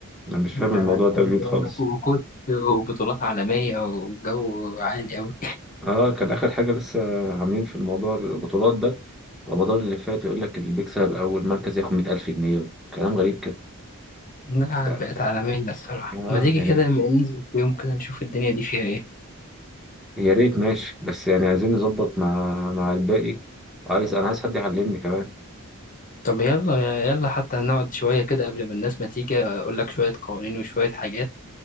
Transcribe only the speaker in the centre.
أنا مش
فاهم الموضوع
ده
جديد خالص
اه كان آخر حاجة لسه عاملين في الموضوع البطولات ده رمضان اللي فات يقول لك اللي بيكسب أول مركز ياخد مية ألف جنيه وكلام غريب كده
ده
اه
يعني
يا ريت ماشي بس يعني عايزين نظبط مع مع الباقي وعايز أنا عايز حد يعلمني كمان